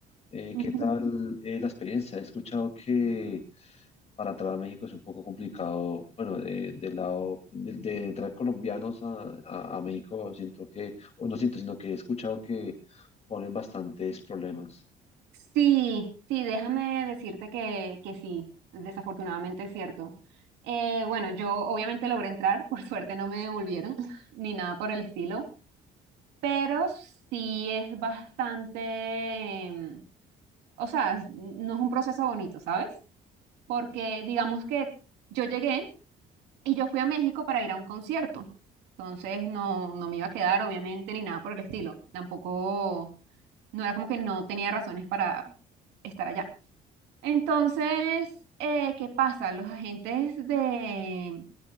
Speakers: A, on the left (about 40°); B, on the right (about 85°).
A: Eh,
B: Ujú.
A: ¿qué tal eh, la experiencia? He escuchado que para entrar a México es un poco complicado, bueno, de- del lado de, de entrar colombianos a, a- a México, siento que, o no siento, sino que he escuchado que ponen bastantes problemas.
B: Sí, sí, déjame decirte que, que sí, desafortunadamente es cierto. Eh, bueno, yo obviamente logré entrar, por suerte no me devolvieron <laughs> ni nada por el estilo, pero sí es bastante, em, o sea, es- no es un proceso bonito, ¿sabes? Porque digamos que yo llegué. Y yo fui a México para ir a un concierto. Entonces no, no me iba a quedar, obviamente, ni nada por el estilo. Tampoco, no era como que no tenía razones para estar allá. Entonces, eh, ¿qué pasa? Los agentes de